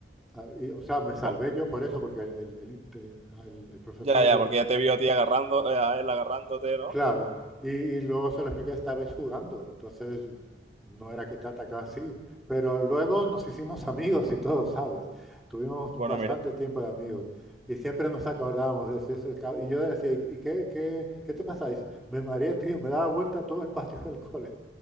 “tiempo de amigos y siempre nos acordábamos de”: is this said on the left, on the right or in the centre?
Centre